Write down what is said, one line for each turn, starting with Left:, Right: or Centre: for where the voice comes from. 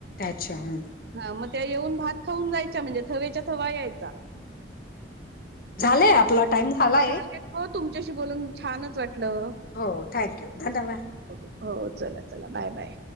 Left: अच्छा हम्म
Right: हां, मग त्या येऊन भात खाऊन जायच्या म्हणजे थवेच्या थवा यायचा.
Left: झाले आपला टाइम झालाय
Right: झाले हो तुमच्याशी बोलून छानच वाट हलो
Left: हो थँक्यू धन्यवाद
Right: हो चला चला बाय बाय.